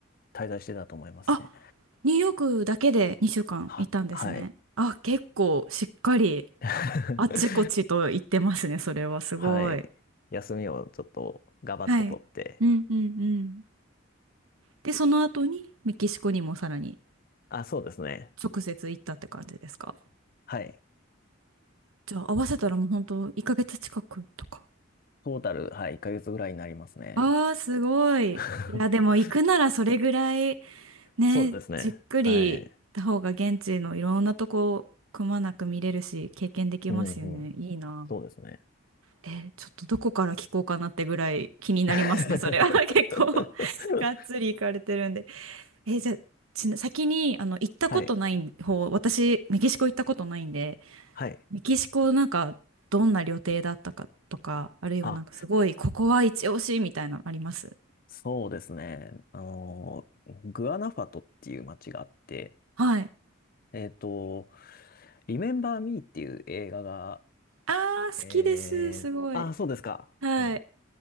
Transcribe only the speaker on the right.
あ、ニューヨークだけで2週間いたんですね。
あ、結構しっかり
あちこちと行ってますね、それはすごい。
はい。うんうんうん。で、その後にメキシコにもさらに。
直接行ったって感じですか
じゃあ合わせたらもう本当1ヶ月近くとか。
ああー、すごい。
いや、でも行くならそれぐらいね、
じっくり行った方が現地のいろんなとこくまなく見れるし、
経験できますよね。
いいな。
え、ちょっとどこから聞こうかなってぐらい気になりますね、
それは。<laughs> 結構がっつり行かれてるんで。え、じゃあ、ちな先にあの行ったことない方、
私、メキシコ行ったことないんで、
メキシコなんかどんな旅程だったかとか、あるいはなんかすごい、
ここは一押しみたいなのあります。
はい。
ああ、好きです。
すごい。
はい。